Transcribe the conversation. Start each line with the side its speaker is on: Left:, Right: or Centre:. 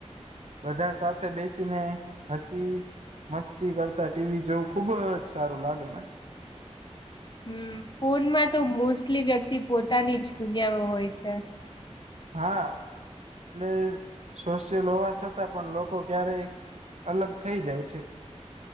Right: બધા સાથે બેસીને હસી મસ્તી કરતા ટીવી જોવું ખુબ જ સારું લાગે મને
Left: હમ ફોનમાં તો મોસ્ટલી વ્યક્તિ પોતાની જ દુનિયામાં હોય છે
Right: હા એટલે સોશિયલ હોવા છતાં પણ લોકો ક્યારે અલગ થઈ જાય છે